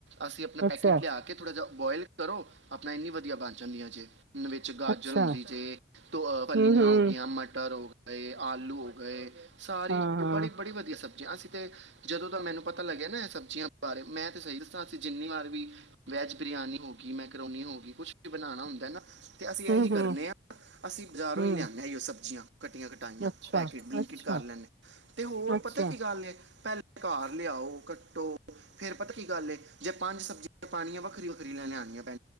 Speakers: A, on the right; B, on the right.
A: ਅਸੀਂ ਆਪਣਾ
B: ਅੱਛਾ
A: ਪੈਕੇਟ ਲਿਆ ਕੇ ਥੋੜ੍ਹਾ ਜਿਹਾ ਬੋਆਇਲ ਕਰੋ ਆਪਣਾ ਇੰਨੀ ਵਧੀਆ ਬਣ ਜਾਂਦੀ ਹ ਜੇ ਵਿੱਚ ਗਾਜਰ
B: ਅੱਛਾ
A: ਹੁੰਦੀ ਜੇ ਤ ਪਲੀਆਂ
B: ਹੂੰ ਹੂੰ
A: ਹੋ ਗਈਆਂ ਮਟਰ ਹੋ ਗਏ ਆਲੂ ਹੋ ਗਏ ਸਾਰੀ
B: ਹਾਂ ਹਾਂ
A: ਬੜੀ ਬੜੀ ਵਧੀਆ ਸਬਜ਼ੀ ਕਿਆ ਸੀ ਤੇ, ਜਦੋਂ ਦਾ ਮੈਨੂੰ ਪਤਾ ਲੱਗਿਆ ਨਾ ਇਹ ਸਬਜ਼ੀਆਂ ਬਾਰੇ ਮੈਂ ਤੇ ਸਹੀ ਦੱਸਾਂ ਅ ਜਿੰਨੀ ਵਾਰ ਵੀ ਵੈਜ ਬਿਰਿਆਨੀ। ਹੋਗੀ ਮੈਂ ੋ ਹੋਗੀ ਕੁਛ ਵੀ ਬਣਾਣਾ ਹੁੰਦਾ ਨ, ਫੇ ਤੇ ਅਸੀਂ
B: ਹੂੰ
A: ਇਹੀ ਕਰਨੇ
B: ਹੂੰ
A: ਆ। ਅਸੀਂ ਬਜ਼ਾਰੋਂ
B: ਹੂੰ
A: ਹੀ ਲਿਆਦੇ ਹ ਸਬਜ਼ੀਆਂ ਕੱਟੀਆਂ, ਕਟਾਈਆਂ
B: ਅੱਛਾ
A: ਪੈਕੇਟ ਬਲਿੰਕਟ
B: ਅੱਛਾ
A: ਕਰ ਲੈਂਦੇ ਹਾਂ, ਤੇ ਹੋਰ
B: ਅੱਛਾ
A: ਪਤਾ ਕੀ ਗੱਲ ਪਹਿ ਘਰ ਲਿਆਓ, ਕੱਟੋ ਫੇਰ ਪਤਾ ਕੀ ਗੱਲ ਏ, ਜੇ ਪੰਜ ਸਬਜ਼ੀਆਂ ਪਾਣੀਆਂ ਵੱਖਰੀ- ਵੱਖਰੀ ਲੈ ਲਿਆਣੀ ਆਂ। ਪਾਂ